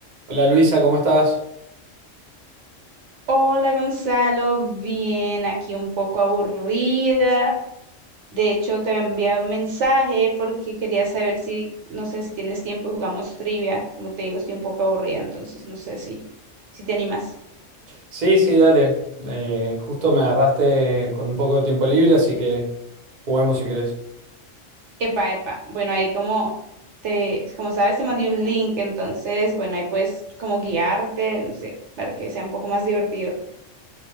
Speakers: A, on the right; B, on the right.
A: Hola Luisa, ¿cómo estás?
B: Hola Gonzalo, bien, aquí un poco aburrida. De hecho, te había enviado un mensaje porque quería saber si, no sé si tienes tiempo y jugamos trivia. Como te digo, estoy un poco aburrida, entonces no sé si, si te animas.
A: Sí, sí, dale. Eh, justo me agarraste con un poco de tiempo libre, así que juguemos si querés.
B: Epa, epa. Bueno, ahí como te, como sabes, te mandé un link, entonces, bueno, ahí puedes como guiarte, no sé, para que sea un poco más divertido.